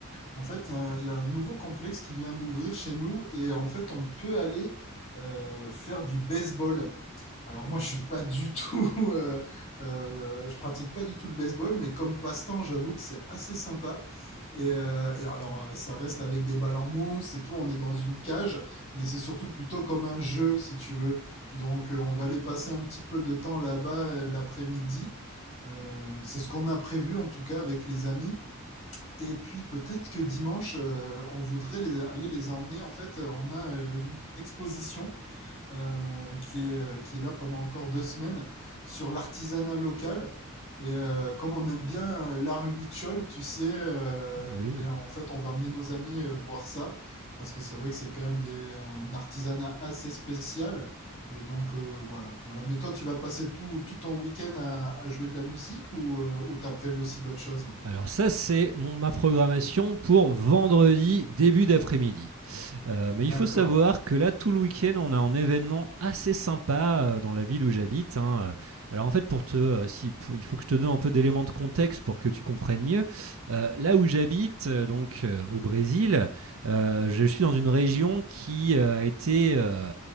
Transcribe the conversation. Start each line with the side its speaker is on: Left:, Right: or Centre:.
Left: en fait, il y a un, il y a un nouveau complexe qui vient d'ouvrir chez nous et en fait, on peut aller euh, faire du baseball. Alors moi, je suis pas du tout, <laughs> euh, euh, je pratique pas du tout le baseball, mais comme passe-temps, j'avoue que c'est assez sympa. Et, euh, et alors, euh, ça reste avec des balles en mousse et tout. On est dans une cage, mais c'est surtout plutôt comme un jeu, si tu veux. Donc, euh, on va aller passer un petit peu de temps là-bas euh, l'après-midi. Euh, c'est ce qu'on a prévu, en tout cas, avec les amis. Et puis peut-être que dimanche, euh, on voudrait les- aller les emmener. En fait, euh, on a euh, une exposition euh, qui est, euh, qui est là pendant encore deux semaines sur l'artisanat local. Et euh, comme on aime bien euh, l'art huichol, tu sais, euh,
Right: Oui.
Left: eh ben, en fait, on va emmener nos amis euh, voir ça. Parce que c'est vrai que c'est quand même des, un artisanat assez spécial. Et donc euh, voilà, voilà. Mais toi, tu vas passer tout, tout ton week-end à, à jouer de la musique ou, euh, ou t'as prévu aussi d'autres choses?
Right: Alors ça, c'est mon- ma programmation pour vendredi début d'après-midi. Euh, mais
Left: D'accord.
Right: il faut savoir que là, tout le week-end, on a un événement assez sympa euh, dans la ville où j'habite. hein. Euh, Alors en fait, pour te, euh, si, pour- il faut que je te donne un peu d'éléments de contexte pour que tu comprennes mieux. Euh, là où j'habite, euh, donc euh, au Brésil, euh, je suis dans une région qui euh, a été, euh,